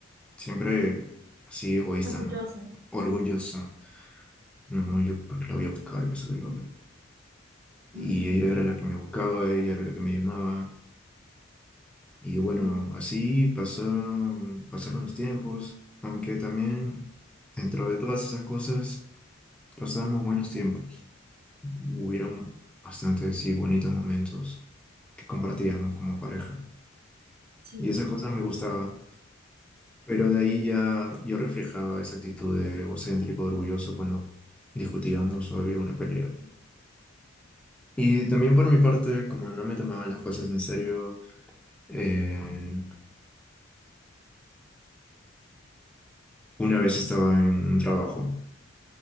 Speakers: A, in the centre; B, on the right.
A: Siempre así egoísta,
B: Orgulloso.
A: ¿no? Orgullosa. No, yo porque la voy a buscar, que sabe lo otro. Y
B: ujú,
A: ella era la que me buscaba, ella era la que me llamaba. Y bueno,
B: Sí,
A: así pasaron, pasaron los tiempos, aunque también dentro de todas esas cosas pasamos buenos tiempos. Hubieron bastantes y bonitos momentos que compartíamos como pareja.
B: sí,
A: Y esa cosa me gustaba. Pero de ahí ya yo reflejaba esa actitud de egocéntrico, orgulloso cuando discutíamos o había una pelea. ¿no? Y también por mi parte, como no me tomaba las cosas en serio, eh, una vez estaba en un trabajo